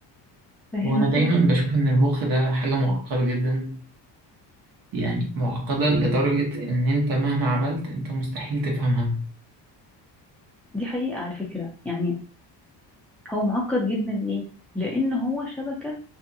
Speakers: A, in the centre; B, on the right (about 55°).
A: <laughs> فاهم
B: هو أنا
A: انت
B: دايما بشوف إن المخ ده حاجة معقدة جدا يعني معقدة لدرجة إن أنت مهما عملت أنت مستحيل تفهمها
A: دي حقيقة على فكرة يعني هو معقد جدا ليه لان هو شبكة